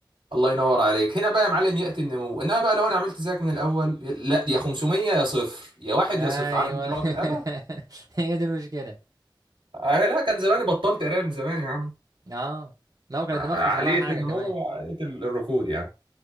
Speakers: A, on the right; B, on the right.
A: الله ينور عليك هنا بقى يا معلم ياتي النمو انما بقى لو انا عملت زيك من الاول لا يا 500 يا صفر يا واحد
B: ايوه
A: يا صفر عارف انت لغه
B: <laughs>
A: الاله
B: هي دي المشكله
A: آه، لا كان زماني بطلت قرايه من زمان يا عم
B: اه لو كان
A: عقليه
B: الدماغ حصل لها حاجه
A: النمو
B: كمان
A: وعقليه الركود يعني